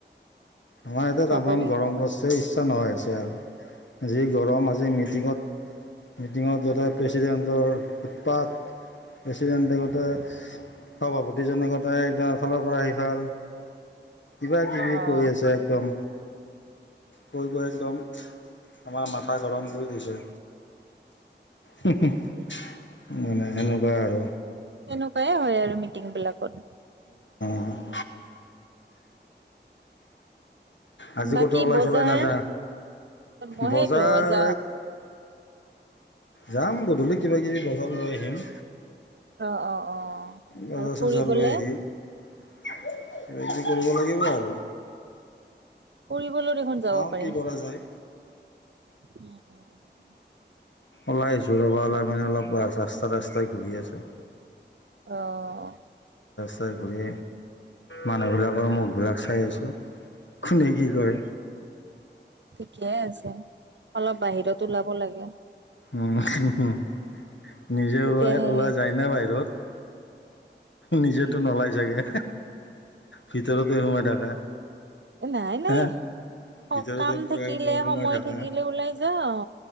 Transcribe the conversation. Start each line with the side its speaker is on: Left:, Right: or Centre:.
Left: আমাৰ ইয়াত
Right: যাবই
Left: ত আমাৰ
Right: লাগিব
Left: গৰম
Right: মানে।
Left: বস্তই ইচ্ছা নোহোৱা হৈছে আৰু যি গৰম। আজি মিটিঙত যাওঁতে প্ৰেচিডেণ্টৰ উৎপাত প্ৰেচিডেণ্টেগতে সভাপতিজনে একদম এফালৰ পৰা সিফাল কিবা
Right: উম
Left: কিবি কৈ আছে একদম কৈ কৈ একদম আমাৰ মাথা গৰম কৰি দিছে। মানে
Right: হয় নেকি?
Left: সেনেকুৱা আৰু
Right: তেনেকুৱাই হয় আৰু মিতিং বিলাকত
Left: উ <inaudible> আজি
Right: বাকী
Left: ক'তো ওলাই
Right: বজাৰ
Left: চলাই নাযা
Right: সেইটোজ
Left: বজাৰ যাম গধূলি কিবা কিবি বজাৰ লৈ আহিম।
Right: অ' অ' অ'
Left: বজাৰ
Right: আৰু ফুৰিবলে?
Left: চজাৰ লৈ আহি কিবা কিবি কৰিব লাগিব আৰু
Right: পৰিব বলো <inaudible> দেখন
Left: চাওঁ
Right: যাব পাৰি
Left: কি কৰা যায়
Right: উম উম উম
Left: ওলাই আহিছো ৰ'বা ওলাই মানে অলপ ৰাস্তা ৰাস্তাই ঘূৰি আছোঁ‌।
Right: আহ
Left: তই ঘূৰি মানুহবিলাকৰ মুখবিলাক চাই আছোঁ। কোনে কি কৰে?
Right: কিয়াই <inaudible> আছে অলপ বাহিৰত ওলাব লাগে।
Left: উ নিজে
Right: তেতিয়াহে
Left: ওলাই ওলোৱা যায় ন বাহিৰত? নিজে টো নলাই চাগে ভিতৰতে সোমাই থাকা।
Right: নাই নাই
Left: হা
Right: সকাম
Left: ভিতৰতে পূৰা
Right: থাকিলে
Left: একদম সোমাই
Right: সময়
Left: থাকা
Right: থাকিলে ওলাই যাও যাও